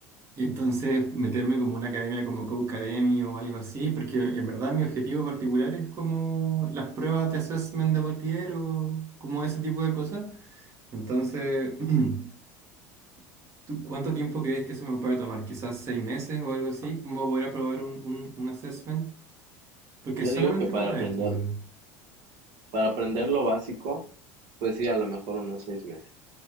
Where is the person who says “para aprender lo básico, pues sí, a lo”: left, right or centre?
Right